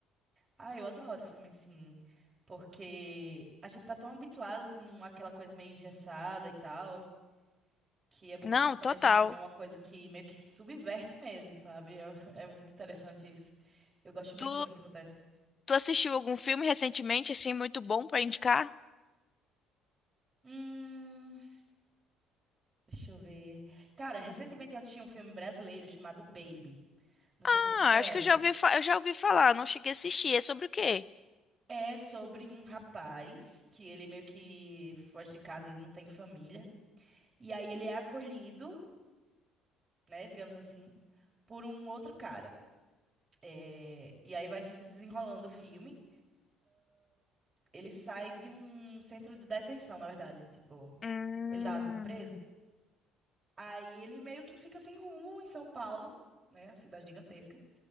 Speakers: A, on the right; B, on the left.
A: Ah, eu adoro filme assim. Porque a gente tá tão habituado com aquela coisa meio engessada e tal, que é muito
B: Não,
A: bom quando
B: total.
A: a gente vê uma coisa que meio que subverte mesmo, sabe? É, é muito interessante isso. Eu gosto muito
B: Tu,
A: quando isso acontece.
B: tu assistiu algum filme recentemente, assim, muito bom pra indicar?
A: Hum, deixa eu ver. Cara, recentemente eu assisti um filme brasileiro chamado Baby. Não
B: Ah,
A: sei se você conhece.
B: acho que eu já ouvi, fa- eu já ouvi falar, não cheguei a assistir. É sobre o quê?
A: É sobre um rapaz que ele meio que foge de casa, ele não tem família. E aí ele é acolhido, né, digamos assim, por um outro cara. É, E aí vai se desenrolando o filme. Ele sai de um centro de detenção, na verdade, tipo,
B: Hum.
A: ele tava preso. Aí ele meio que fica sem rumo em São Paulo, né, uma cidade gigantesca.